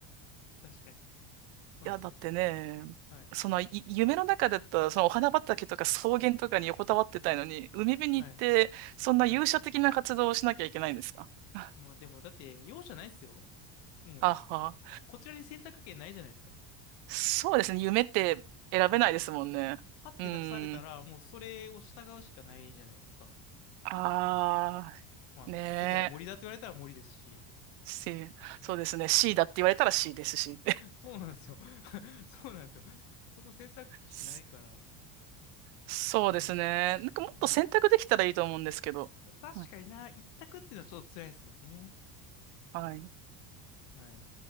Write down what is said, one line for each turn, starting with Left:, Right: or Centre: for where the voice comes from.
Left: 確かに。そうなんですよ。
Right: や、だってね、
Left: はい。
Right: その、い夢の中だったら、そのお花畑とか草原とかに横たわってたいのに、海辺に行って、
Left: はい。
Right: そんな勇者的な活動をしなきゃいけないんですか
Left: はい。
Right: <laughs>
Left: まあでも、だって、容赦ないっすよ。もう、
Right: あは。
Left: こちらに選択権ないじゃないですか。
Right: そうですね、夢って選べないですもんね。
Left: はい。パッて出されたら、
Right: うん。
Left: もうそれを従うしかないじゃないですか。
Right: ああ、
Left: まあ、
Right: ねえ。
Left: 次は森だって言われたら森ですし。
Right: C、そうですね。C だって言われたら C ですし。
Left: そうなんですよ。<laughs> そうなんですよ。そこ選択肢ないから。
Right: <laughs> そそうですね。
Left: ね。
Right: なんかもっと選択できたらいいと思うんですけど。
Left: はい。確かにな、
Right: はい。
Left: 一択っていうのはちょっと辛いですよね。
Right: はい
Left: はい。